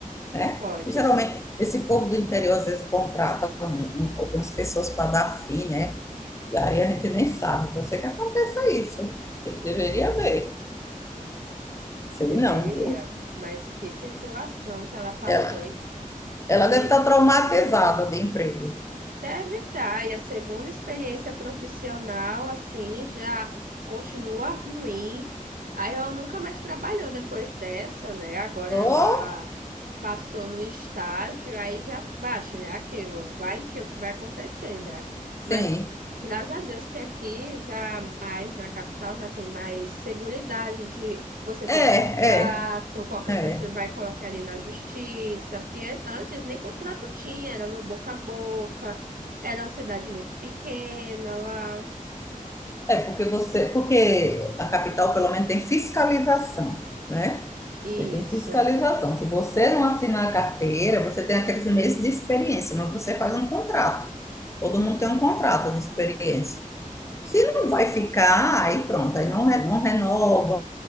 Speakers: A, on the left; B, on the right.
A: né?
B: Pode,
A: E, geralmente, esse povo do interior, às vezes, contrata um- um- algumas pessoas para dar fim, né? E aí a gente nem sabe, pode ser que aconteça isso. Ele deveria ver. Sei
B: deveria.
A: não, viu?
B: Mas que situação que ela passou.
A: Ela, ela
B: e
A: deve estar traumatizada de emprego.
B: Deve estar, e a segunda experiência profissional, assim, já continua ruim. Aí ela nunca mais trabalhou depois dessa, né? Agora
A: Oh,
B: ela passou no estágio, aí já bate, né? Aquilo, vai que o que vai acontecer, né?
A: sim.
B: Mas graças a Deus que aqui já mais na capital já tem mais seguridade de você
A: É,
B: ter
A: é,
B: um contrato, qualquer
A: é.
B: coisa você vai colocar ali na justiça, porque antes nem contrato tinha, era no boca a boca. Era uma cidade muito pequena lá.
A: É porque você, porque a capital pelo menos tem fiscalização, né?
B: Isso.
A: Você tem fiscalização. Se você não assinar a carteira, você tem aqueles meses de experiência, mas você faz um contrato. Todo mundo tem um contrato de experiência. Se não vai ficar, aí pronto, aí não, não renova